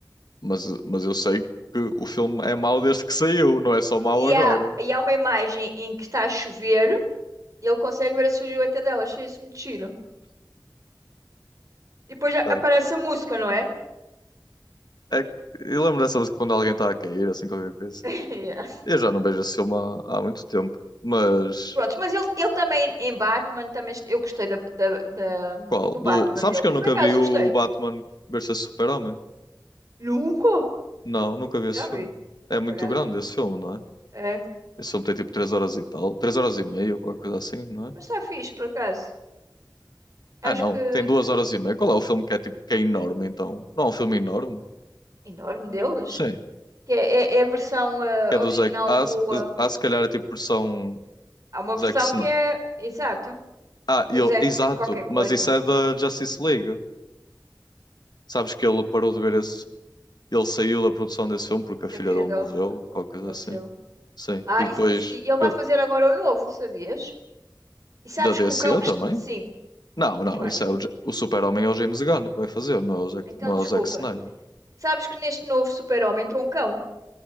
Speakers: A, on the left; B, on the right.
A: mas, mas eu sei que o filme é mau desde que saiu, não é só mau
B: E
A: agora.
B: há, e há uma imagem em que está a chover e ele consegue ver a silhueta dela, achei isso muito giro. E depois já
A: Tá?
B: aparece a música, não é?
A: É, que- eu lembro dessa música quando alguém está a cair, assim, qualquer coisa.
B: <laughs> Yeah.
A: Eu já não vejo esse filme há, há muito tempo. Mas
B: Prontos, mas ele, ele também em Batman, também est- eu gostei da, da, da-
A: qual?
B: do
A: Do,
B: Batman
A: sabes
B: dele.
A: que eu nunca
B: Por acaso
A: vi o
B: gostei?
A: Batman versus Super-Homem?
B: Nunca?
A: Não, nunca vi esse
B: Já
A: filme.
B: vi.
A: É muito
B: Por acaso
A: grande
B: vi.
A: esse filme, não é?
B: É.
A: Esse filme tem tipo 3 horas e tal, 3 horas e meia, ou qualquer coisa assim, não é?
B: Mas está fixe, por acaso. Acho
A: Ah, não,
B: que
A: tem 2 horas e meia. Qual é o filme que é tipo que é enorme então? Não é um filme enorme?
B: enorme deles.
A: Sim.
B: Que é, é, é a versão ah,
A: que é do
B: original
A: Zack. Ah,
B: do.
A: se
B: ah,
A: ah, se calhar é tipo versão
B: há uma versão
A: Zack Snyder.
B: que é. Exato.
A: Ah,
B: Do
A: ele,
B: Zack
A: exato,
B: qualquer coisa.
A: mas isso é da Justice League. Sabes que ele parou de ver esse. Ele saiu da produção desse filme porque a
B: Que
A: filha
B: a filha
A: dele
B: dela
A: morreu,
B: fa- fa-
A: qualquer coisa
B: faleceu.
A: assim. Sim.
B: Ah,
A: E depois
B: e, e- e ele vai
A: pel-
B: fazer agora o novo, sabias? E sabes
A: da DC
B: que o cão que
A: também?
B: está. Sim,
A: Não, não,
B: eu acho.
A: isso é o, Ja- o Super-Homem é o James Gunn que vai fazer, não é o Zack,
B: Então,
A: não
B: desculpa.
A: é o Zack Snyder.
B: Sabes que neste novo super-homem entrou um cão.